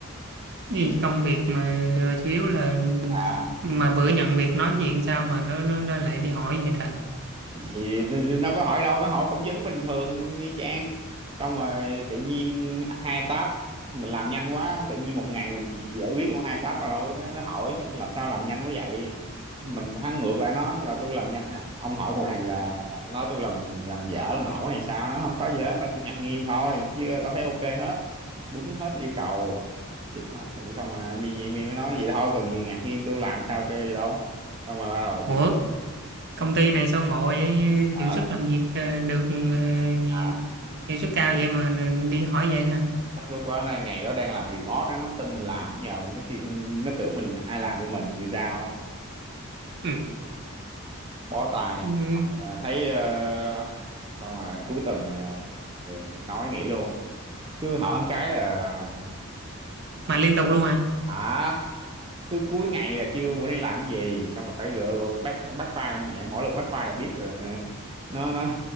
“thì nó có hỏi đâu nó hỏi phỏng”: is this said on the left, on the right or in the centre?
Right